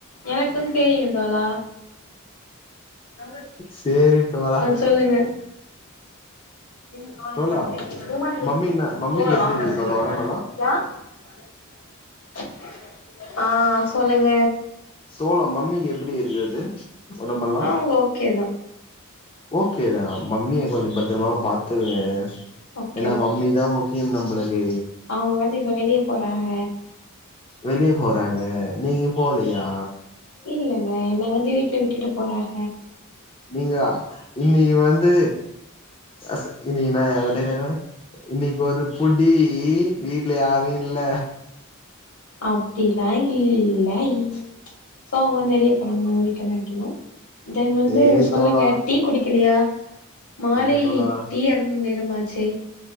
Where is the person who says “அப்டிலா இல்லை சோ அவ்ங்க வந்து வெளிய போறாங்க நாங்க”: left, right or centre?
Left